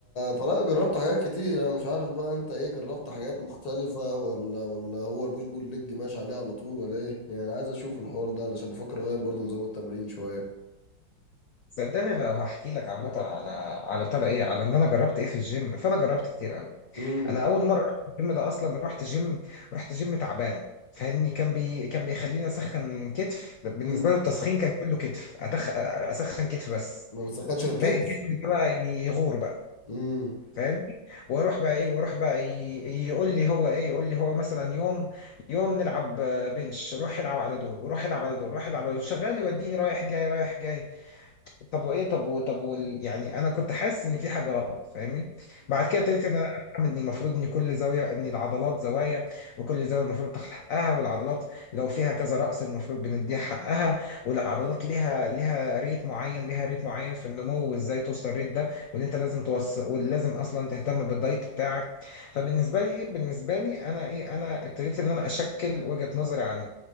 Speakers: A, on the left; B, on the left.
A: فلا جربت حاجات كتير انا مش عارف بقى انت ايه جربت حاجات مختلفة ولا ولا هو البوش بول ليج ماشي عليه على طول ولا ايه يعني عايز اشوف الحوار ده علشان بفكر اغير برضو نظام التمرين شوية
B: صدقني لو هحكي لك عامه على على بتاع ده ايه على ان انا جربت ايه في الجيم فانا جربت كتير قوي
A: امم
B: انا اول مره رحت الجيم ده اصلا رحت جيم رحت جيم تعبان فاهمني كان بي كان بيخليني اسخن كتف ده بالنسبه
A: امم
B: له التسخين كان كله كتف أتخ... اسخن كتف بس
A: ما بتسخنش غير كده
B: باقي الجسم ده بقى يغور بقى
A: امم
B: فاهمني واروح بقى ايه واروح بقى ي... يقول لي هو ايه يقول لي هو مثلا يوم يوم نلعب بنش روح العب على دول وروح العب على دول روح العب على دول شغال يوديني رايح جاي رايح جاي طب وايه طب و... طب وال... يعني انا كنت حاسس ان في حاجه غلط فاهمني بعد كده ابتديت ان انا افهم ان المفروض ان كل زاويه ان العضلات زوايا وكل زاويه المفروض تاخد حقها والعضلات لو فيها كذا رأس المفروض بنديها حقها والعضلات ليها ليها ريت معين ليها ريت معين في النمو وازاي توصل الريت ده وان انت لازم توصل ولازم اصلا تهتم بالدايت بتاعك فبالنسبه لي بالنسبه لي انا ايه انا ابتديت ان انا اشكل وجهه نظري عن